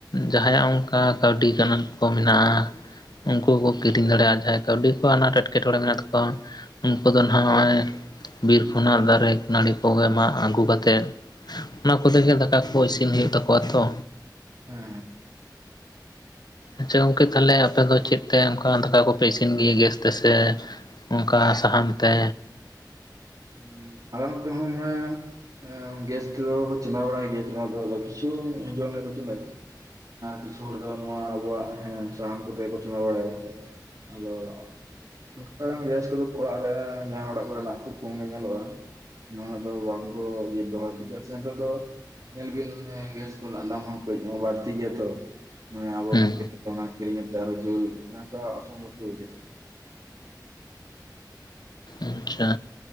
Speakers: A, on the left; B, on the right.
A: ᱡᱟᱦᱟᱸᱭᱟᱜ ᱚᱱᱠᱟ ᱠᱟᱹᱣᱰᱤ ᱜᱟᱱ ᱠᱚ ᱢᱮᱱᱟᱜ-ᱟ ᱩᱱᱠᱩᱠᱚ ᱠᱤᱨᱤᱧ ᱫᱟᱲᱮᱭᱟᱜ-ᱟ ᱡᱟᱠ ᱠᱟᱹᱣᱰᱤ ᱠᱚ ᱟᱱᱟᱴ ᱮᱸᱴᱠᱮᱴᱚᱬᱮ ᱢᱮᱱᱟᱜ ᱛᱟᱠᱚᱣᱟ ᱩᱱᱠᱩ ᱫᱚ ᱱᱟᱦᱟᱜ ᱱᱚᱜ-ᱚᱭ ᱵᱤᱨ ᱠᱷᱚᱱᱟᱜ ᱫᱟᱨᱮ ᱱᱟᱹᱲᱤ ᱠᱚᱜᱮ ᱢᱟᱜ ᱟᱹᱜᱩ ᱠᱟᱛᱮᱫ ᱚᱱᱟ ᱠᱚᱛᱮᱜᱮ ᱫᱟᱠᱟ ᱠᱚ ᱤᱥᱤᱱ ᱦᱩᱭᱩᱜ ᱛᱟᱠᱚᱣᱟ ᱛᱚ
B: ᱦᱮᱸ
A: ᱟᱪᱪᱷᱟ ᱜᱚᱝᱠᱮ ᱛᱟᱦᱚᱞᱮ ᱟᱯᱮ ᱫᱚ ᱪᱮᱫ ᱛᱮ ᱚᱱᱠᱟ ᱫᱟᱠᱟ ᱠᱚᱯᱮ ᱤᱥᱤᱱ ᱜᱮᱭᱟ ᱜᱮᱥ ᱛᱮᱥᱮ ᱚᱱᱠᱟ ᱥᱟᱦᱟᱱᱛᱮ
B: ᱦᱮᱸ ᱟᱞᱮ ᱚᱱᱛᱮ ᱦᱚᱸ ᱢᱟᱱᱮ ᱜᱮᱥ ᱛᱮᱫᱚ ᱪᱟᱞᱟᱣ ᱵᱟᱲᱟᱭ ᱜᱮᱭᱟ ᱪᱟᱞᱟᱣ ᱫᱚ ᱟᱫᱚ ᱠᱤᱪᱷᱩ ᱟᱡᱚᱢ ᱞᱮᱛ ᱠᱚᱣᱟ ᱠᱤᱪᱷᱩ ᱦᱚᱲ ᱫᱚ ᱱᱚᱣᱟ ᱟᱵᱚᱣᱟᱜ ᱥᱟᱦᱟᱱ ᱠᱚᱛᱮ ᱠᱚ ᱪᱚᱸᱫᱟ ᱵᱟᱲᱟᱭᱟ ᱟᱫᱚ ᱚᱱᱠᱟ ᱜᱮᱥ ᱠᱚᱫᱚ ᱚᱲᱟᱜ ᱨᱮ ᱡᱟᱦᱟᱸ ᱚᱲᱟᱜ ᱠᱚᱨᱮᱱᱟᱜ ᱠᱷᱩᱵ ᱠᱚᱢᱜᱮ ᱧᱮᱞᱚᱜ-ᱟ ᱱᱟᱣᱟ ᱫᱚ ᱵᱟᱝᱠᱚ ᱤᱭᱟᱹ ᱵᱮᱦᱟᱨ ᱜᱮᱥ ᱱᱤᱛᱚᱜ ᱫᱚ ᱧᱮᱞ ᱵᱤᱱ ᱜᱮᱥ ᱠᱚᱨᱮᱱᱟᱜ ᱫᱟᱢ ᱦᱚᱸ ᱠᱟᱹᱡ ᱵᱟᱹᱲᱛᱤ ᱜᱮᱭᱟ ᱛᱚ ᱢᱟᱱᱮ ᱟᱵᱚ
A: ᱦᱩᱸ
B: ᱠᱚ ᱠᱷᱮᱛᱱᱟ ᱠᱤᱨᱤᱧ ᱠᱟᱛᱮᱫ ᱟᱨᱚ ᱡᱩᱞ ᱱᱚᱝᱠᱟ ᱚᱥᱚᱢᱵᱷᱚᱵ ᱜᱮ ᱵᱩᱡᱷᱟᱹᱜ-ᱟ
A: ᱟᱪᱪᱷᱟ